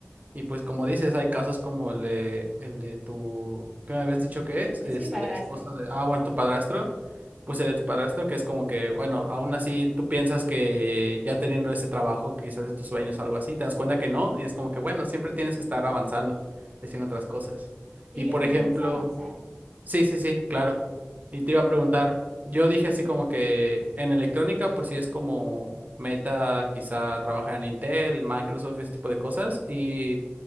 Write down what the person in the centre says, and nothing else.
Es
mi padrastro.
Sí,
lo
importante
es avanzar.